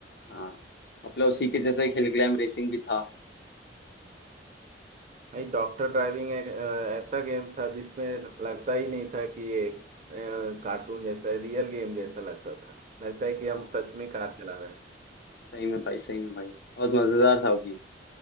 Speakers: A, on the left (about 60°); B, on the right (about 40°).
A: हाँ अपना उसी के जैसे हिल क्लाइंब रेसिंग भी था
B: भाई डॉक्टर ड्राइविंग एक अ, ऐसा गेम था जिसमें लगता ही नहीं था कि ये अ, कार्टून जैसा रियल गेम जैसा लगता था लगता है कि
A: हाँ
B: हम सच में कार चला रहे हैं
A: सही में भाई सही में भाई बहुत मजेदार था वो गेम